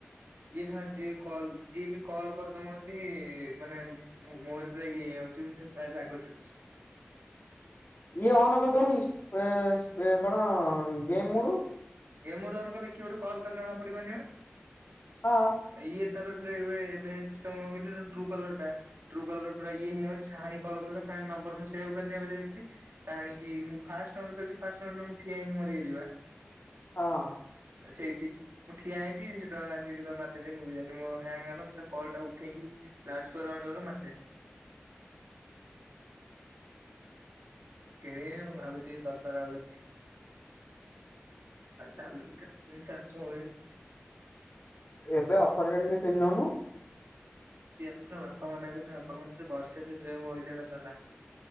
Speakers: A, on the right (about 75°); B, on the left (about 60°).
A: ୟେ ହଁ ଯିଏ କଲ ଯିଏ ବି କଲ କରିଦଉ ମତେ ମାନେ ମୋବାଇଲ ପୂରା ଇଏ ହେଇଯାଉଚି, ମତେ ଭାରି ରାଗ ଚିଡ଼ୁଛି।
B: <inaudible> ଇଏ ଅନ କରି ଦଉନୁ ଇସ ଏ ସ୍ପେ କଣ game mode.
A: Game mode on କଲେ କିଏ ଗୋଟେ କଲ କଲେ ଜଣା ପଡିବନି ବା
B: ହଁ
A: ଇଏ ତାପରେ ରେ ଇବେ ଏବେ ସିଷ୍ଟମ କଣ କହିଲୁ ଟ୍ରୁ କଲର ଟା ଟ୍ରୁ କଲର ପୁରା ଇଏ ହେଇ ଯାଉଚି, ସାହାଣୀ କୁ କଲ କଲା, ସାହାଣୀ ନ ନମ୍ବର ମୁଁ ସେଭ କରିନି ବୁଲି ସାହାଣୀ କି ମୁଁ ଫାଷ୍ଟ ରାଉଣ୍ଡ ଖେଳିଛି ମୁଁ ଫାଷ୍ଟ ରାଉଣ୍ଡ ରୁ ଠିଆ ହେଇନି ମରିଗଲି ବା।
B: ହଁ।
A: ସେଇଠି ମୁଁ ଠିଆ ହେଇଛି ସେ ଟୋକା ଆସି କେତେବେଳେ ମାରି ସାରିଲାଣି ମୁଁ ବି ଜାଣିନି ମୋ ଫୋନ ହ୍ୟାଙ୍ଗ ହେଲା ମୁଁ ତା କଲ ଟା ଉଠେଇକି ଲାଉଡ଼ ସ୍ପିକର ଅନ କଲା ବେଳକୁ ମାରି ସାରିଲାଣି।
B: <inaudible>
A: କିଣିବି ମୁଁ ଭାବୁଛି ଦଶହରା ବେଳକୁ କିଣିବି। ଆଉ ଚାଲୁ କେତେ ଦିନ ଚାଲୁଛି।
B: ଏବେ ଅଫର ଚାଲିଛି କିଣି ଦଉନୁ।
A: ଏ ବାପା ମନା କରିଛନ୍ତି ବାପା ମତେ ବର୍ଷେ ସେ ମୋବା ଇଲ ଆଗ ଚଲା।